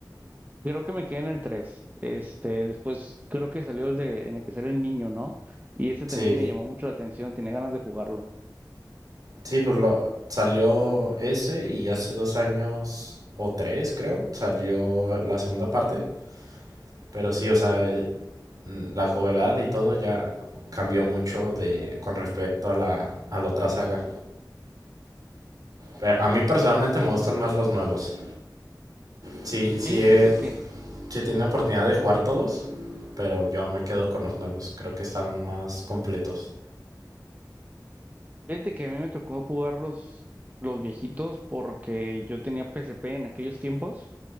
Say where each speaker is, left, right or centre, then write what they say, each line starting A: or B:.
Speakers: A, on the right; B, on the right.
A: Creo que me quedé en el tres Este, después creo que salió el de en el que sale el niño, ¿no? Y ese también
B: Sí.
A: me llamó mucho la atención, tenía ganas de jugarlo.
B: Sí, pues lo- salió ese y hace dos años o tres, creo, salió la segunda parte. Pero sí, o sea, eh, mm, la novedad y todo ya cambió mucho de con respecto a la, a la otra saga. Pero a mí personalmente me gustan más los nuevos. Sí, sí,
A: Y
B: he,
A: fíjate que,
B: sí he tenido oportunidad de jugar todos, pero yo me quedo con los nuevos. Creo que están más completos.
A: fíjate que a mí me tocó jugar los, los viejitos porque yo tenía P S P en aquellos tiempos